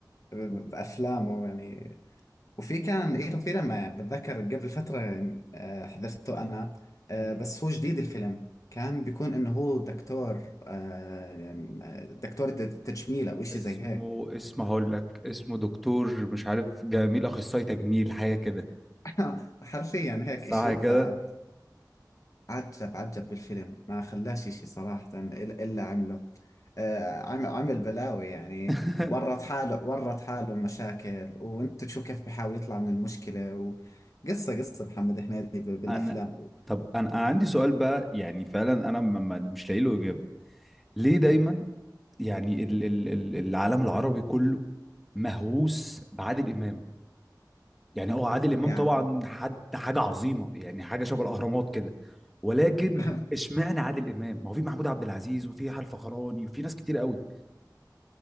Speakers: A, on the left; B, in the centre.
A: بافلامه
B: و-
A: يعني وفي كان إله فيلم آه، بتذكر قبل فترة آه، حضرته أنا آه،
B: مم.
A: بس هو جديد الفيلم كان بيكون إنه هو دكتور آه، يعني، آه، دكتور ت- تجميل أو إشي
B: اسمه
A: زي هيك
B: اسمه هقول لك اسمه دكتور مش عارف جميل اخصائي تجميل حاجه كده
A: <laughs> حرفيا هيك
B: صح
A: إشي
B: كده
A: فعجب عجب عجب بالفيلم ما خلاش إشي صراحة إلا إلا عمله آه، عم- عمل بلاوي يعني
B: <laughs>
A: ورط حاله ورط حاله مشاكل وانت تشوف كيف بحاول يطلع من المشكلة وقصة قصة محمد هنيدي ب- بالأفلام
B: انا طب انا أنا عندي سؤال بقى يعني فعلا انا م- م- مش لاقي له اجابه ليه دايما يعني ال ال ال العالم العربي كله مهووس بعادل امام يعني هو عادل امام
A: يعني
B: طبعا حد حاجه عظيمه يعني حاجه شبه الاهرامات كده ولكن
A: <laughs>
B: اشمعنى عادل امام ما هو في محمود عبد العزيز وفي حال فخراني وفي ناس كتير قوي